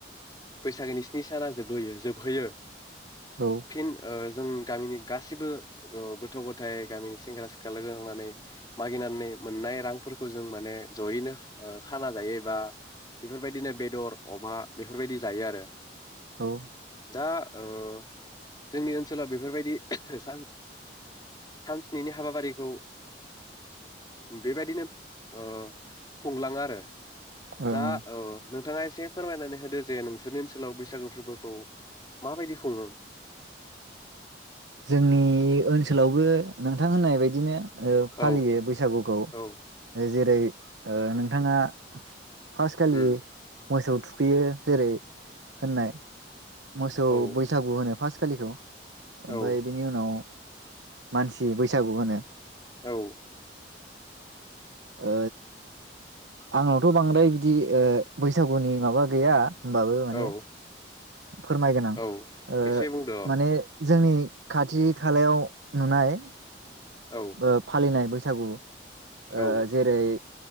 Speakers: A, on the left; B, on the right.
A: बैसागोनि स्नि साना जोबहोयो जोबहैयो
B: औ औ
A: फिन ओ जों गामिनि गासिबो गा गथ गथाय गामिनि सेंग्रा सिख्ला लोगो नांनानै मागिनानै मोननाय रांफोरखौ जों माने जयैनो खाना जायो एबा बेफोरबायदिनो बेदर अमा बेफोरबायदि जायो आरो।
B: औ
A: दा ओ जोंनि ओनसोला बेफोरबायदि सान सानस्निनि हाबाफारिखौ बेबादिनो ओ खुंलाङो आरो
B: ओं
A: दा औ नोंथाङा एस एसे फोरमायनानै होदो जे नोंसोरनि ओनसोलाव बैसागु फोरबोखौ माबायदि खुङो?
B: जोंनि बे ओनसोलावबो नोंथां होननाय बायदिनो ओ फालियो
A: औ
B: बैसागुखौ ओ
A: औ
B: जेरै ओ नोंथाङा फास खालि
A: उम
B: मोसौ थुखैयो जेरै होननाय मोसौ
A: औ
B: बैसागु होनो फास्ट खालिखौ ओमफ्राय
A: औ
B: बेनि उनाव मानसि बैसागु होनो
A: औ
B: ओ आंनावथ बांद्राय बिदि ओ बैसागुनि माबा गैया होम्बाबो माने
A: औ
B: फोरमायगोन आं‌
A: औ
B: ओ
A: एसे बुंदो अ
B: माने जोंनि खाथि खालायाव नुनाय
A: औ
B: ओ फालिनाय बैसागु सागु
A: औ
B: ओ जेरै